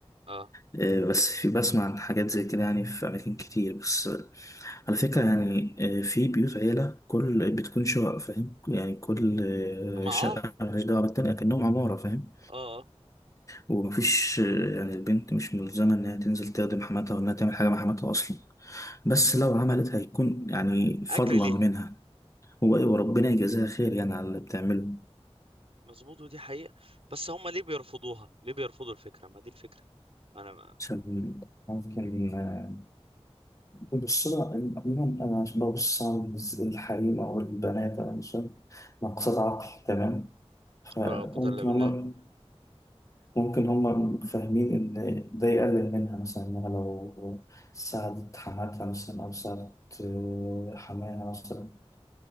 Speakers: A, on the right (about 60°); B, on the left (about 30°).
A: اه
B: آه، بس في بسمع عن حاجات زي كده يعني في اماكن كتير بس آه، على فكرة يعني آه، في بيوت عيلة كل بتكون شقق فاهم يعني كل
A: ما
B: آه، شقة
A: اه
B: مالهاش دعوة بالتانية كأنهم عمارة فاهم
A: اه
B: ومفيش يعني البنت مش ملزمة إنها تنزل تخدم حماتها وإنها تعمل حاجة مع حماتها أصلا بس لو عملت هيكون يعني فضلا
A: اجري ليها
B: منها هو إيه وربنا يجازيها خير يعني على اللي بتعمله
A: مظبوط ودي حقيقه بس هم ليه بيرفضوها ليه بيرفضوا الفكره ما دي الفكره انا ما
B: عشان ممكن آه، بص لها إن- عموما أنا عشان ببص على الحريم أو البنات أو النساء ناقصات عقل تمام فممكن
A: ولا قوه الا بالله
B: هما ممكن هما فاهمين إن ده يقلل منها مثلا إنها لو ساعدت حماتها مثلا أو ساعدت آه، حماها مثلا